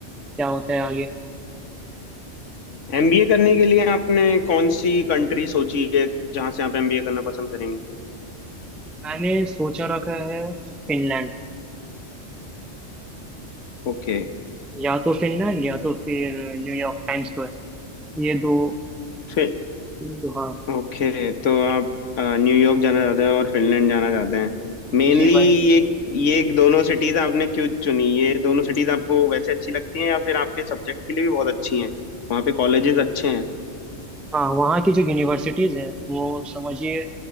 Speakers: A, in the centre; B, on the left (about 85°).
A: क्या होता है आगे
B: एमबीए करने के लिए आपने कौन सी कंट्री सोची है जहां से आप एमबीए करना पसंद करेंगे
A: मैंने सोचा रखा है फिनलैंड
B: ओके
A: या तो फिनलैंड या तो फिर न्यूयॉर्क टाइम स्क्वायर ये दो
B: फिर
A: ये दो हाँ
B: ओके तो आप अ, न्यूयॉर्क जाना चाहते हैं और फिनलैंड जाना चाहते हैं मेनली
A: जी भाई
B: ये ये दोनों सिटीज आपने क्यों चुनी ये दोनों सिटीज आपको वैसे अच्छी लगती हैं या फिर आपके सब्जेक्ट के लिए भी बहुत अच्छी हैं वहाँ पे कॉलेजेस अच्छे हैं
A: हाँ वहाँ की जो यूनिवर्सिटीज है वो समझिए